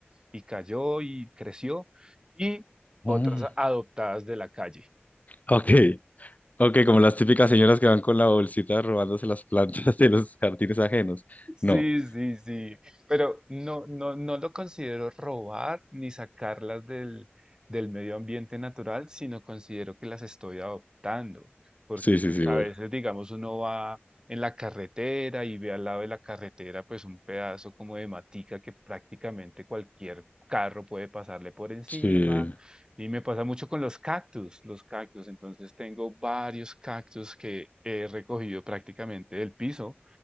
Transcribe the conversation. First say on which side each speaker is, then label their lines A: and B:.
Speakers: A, on the right; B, on the left.
A: y cayó y creció, y otras
B: Mm.
A: a- adoptadas de la calle.
B: Ok, ok, como las típicas señoras que van con la bolsita robándose las plantas de los jardines ajenos. No,
A: Sí, sí, sí, pero no, no, no lo considero robar ni sacarlas del, del medio ambiente natural, sino considero que las estoy adoptando, porque
B: sí,
A: pues
B: sí, sí,
A: a
B: bueno.
A: veces, digamos, uno va en la carretera y ve al lado de la carretera pues un pedazo como de matica que prácticamente cualquier carro puede pasarle por encima,
B: Sí,
A: y me pasa mucho con los cactus, los cactus, entonces tengo varios cactus que he recogido prácticamente del piso